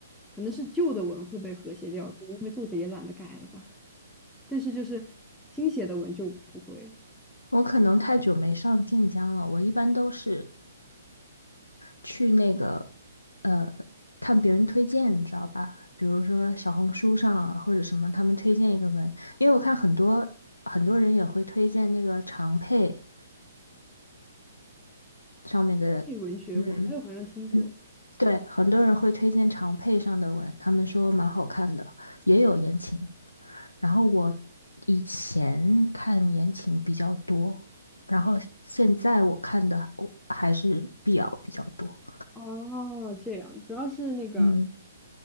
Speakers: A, in the centre; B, on the left.
A: 可能是旧的文会被和谐掉，可能因为作者也懒得改了吧。但是就是新写的文就不会。
B: 我可能太久没上晋江了，我一般都是去那个呃看别人推荐，你知道吧？比如说小红书上啊，或者什么，他们推荐一个文，因为我看很多很多人也会推荐那个长佩上面的，
A: 配文学网，
B: 嗯
A: 哎，我好像听过。
B: 嗯，对，很多人会推荐长佩上的文，他们说蛮好看的，也有言情，然后我以前看言情比较多，然后现在我看的我还是 BL 比较多。
A: 哦，这样，主要是那个
B: 嗯，